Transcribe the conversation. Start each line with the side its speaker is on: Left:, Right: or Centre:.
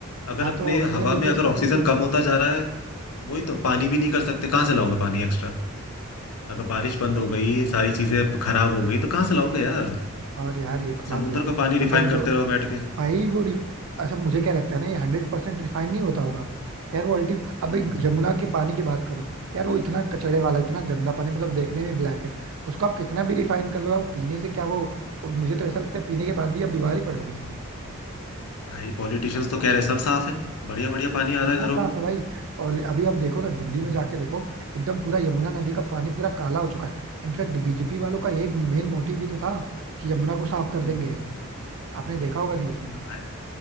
Left: अगर
Right: ना
Left: अपने
Right: तो ऑक्सीजन
Left: हवा
Right: रिप्लेस
Left: में अगर
Right: कर
Left: ऑक्सीजन
Right: सकते हो
Left: कम होता जा रहा है वही तो पानी भी नहीं कर सकते कहाँ से लाओगे पानी एक्स्ट्रा अगर बारिश बंद हो गई सारी चीजें खराब हो गई तो कहाँ से लाओगे यार
Right: और यार एक
Left: अब समुद्र
Right: बात बताओ
Left: का पानी रिफाइन
Right: अगर
Left: करते
Right: जो
Left: रहो बैठ के
Right: भाई वो रिफ... अच्छा मुझे क्या लगता है ना ये हंड्रेड परसेंट रिफाइन नहीं होता होगा यार वो अल्टीम अब
Left: हम्म
Right: भाई यमुना के पानी की बात करो यार वो इतना कचड़े वाला इतना गंदा पानी मतलब देखने में ब्लैक है उसको आप कितना भी रिफाइन कर लो यार, वो पीने से क्या वो वो मुझे तो ऐसा लगता है पीने के बाद भी आप बीमार ही पड़ोगे
Left: भाई पॉलिटिशियंस तो कह रहे हैं सब साफ है बढ़िया बढ़िया पानी आ रहा
Right: इतना
Left: है घरों
Right: साफ
Left: में
Right: है भाई पहले- अभी आप देखो ना दिल्ली में जाके देखो एकदम पूरा यमुना नदी का पानी पूरा काला हो चुका है इनफैक्ट बीजेपी वालों का यही मेन मोटिव भी तो था कि यमुना को साफ कर
Left: हम्म,
Right: देंगे आपने देखा होगा न्यूज में
Left: भाई,